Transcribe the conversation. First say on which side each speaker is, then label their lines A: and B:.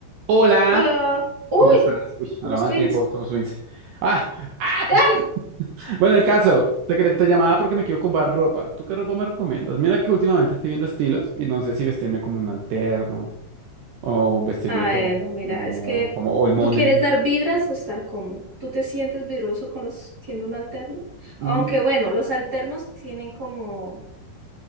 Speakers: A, on the right (about 70°); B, on the right (about 20°).
A: Hola,
B: Hola. Uy,
A: ¿cómo estás? Uy,
B: somos
A: hablamos
B: twins.
A: al tiempo, somos twins. Ah, ah.
B: ¡Ah!
A: <laughs> Bueno, el caso, te, quería- te llamaba porque me quiero comprar ropa. ¿Tú qué ropa me recomiendas? Mira que últimamente estoy viendo estilos y no sé si vestirme como un alterno o vestirme
B: Ah,
A: como,
B: bueno, mira,
A: como,
B: es que
A: como old money.
B: tú quieres dar vibras o estar cómodo. ¿Tú te sientes vibroso con los siendo un alterno? Aunque
A: Mm,
B: bueno, los alternos tienen como,